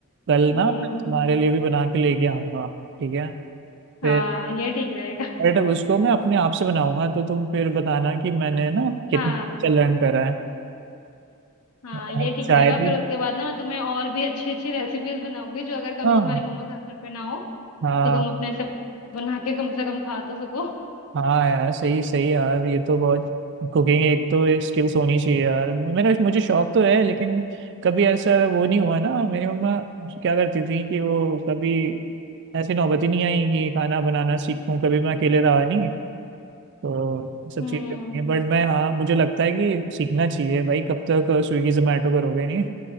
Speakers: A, on the right; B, on the left.
A: कल
B: हम्म
A: ना मैं तुम्हारे लिए भी बना के लेके आऊँगा ठीक है फिर
B: हाँ ये ठीक रहेगा
A: बट उसको मैं अपने आप से बनाऊंगा तो तुम फिर बताना कि मैंने ना कितना
B: हाँ
A: अच्छा लर्न करा है
B: हाँ
A: और
B: ये ठीक
A: चाय
B: रहेगा
A: भी
B: फिर उसके बाद ना मैं तुम्हें और भी अच्छी अच्छी रेसिपीज बनाऊंगी जो अगर कभी
A: हाँ
B: तुम्हारी मम्मा घर पे ना हो
A: हाँ
B: तो तुम अपने से बना के कम से कम खा तो सको
A: हाँ यार सही सही यार ये तो बहुत कुकिंग एक तो स्किल्स होनी चाहिए यार मेरा मुझे शौक तो है लेकिन कभी ऐसा वो नहीं हुआ ना मेरी मम्मा क्या करती थी कि वो कभी ऐसी नौबत ही नहीं आई कि खाना बनाना सीखूं कभी मैं अकेले रहा नहीं तो सब
B: हम्म
A: चीज़ें बट मैं हाँ मुझे लगता है कि सीखना चाहिए भाई कब तक स्विगी जोमेटो करोगे नहीं